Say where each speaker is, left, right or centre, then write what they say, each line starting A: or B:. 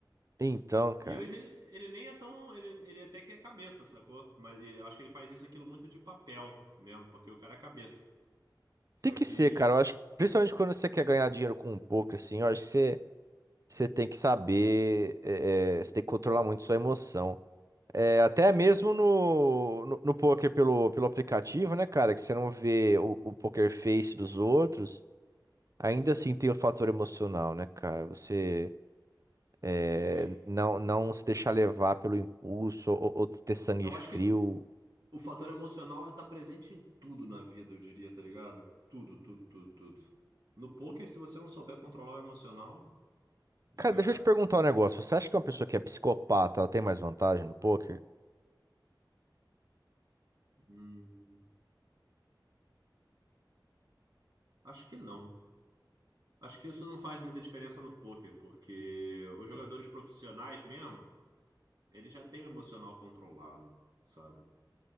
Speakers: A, on the right (about 45°); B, on the right (about 60°).
A: Então, cara,
B: E hoje ele, ele nem é tão. Ele, ele até que é cabeça, sacou? Mas eu acho que ele faz isso aquilo muito de papel mesmo, porque o cara é cabeça. Só
A: tem que
B: que
A: ser, cara. Eu acho que, principalmente quando você quer ganhar dinheiro com um pouco, assim, eu acho que você, você tem que saber, é, é, você tem que controlar muito sua emoção. É, até mesmo no, no, no poker pelo, pelo aplicativo, né, cara, que você não vê o, o poker face dos outros, ainda assim tem o fator emocional, né, cara? Você. É,
B: tem.
A: não, não se deixar levar pelo impulso ou, ou ter sangue
B: Eu
A: frio.
B: acho que o fator emocional é tá presente em tudo na vida, eu diria, tá ligado? Tudo, tudo, tudo, tudo. No poker, se você não souber controlar o emocional, já
A: Cara,
B: era.
A: deixa eu te perguntar um negócio. Você acha que uma pessoa que é psicopata, ela tem mais vantagem no poker?
B: Hum, acho que não. Acho que isso não faz muita diferença no poker, porque os jogadores profissionais mesmo, eles já têm o emocional controlado, sabe?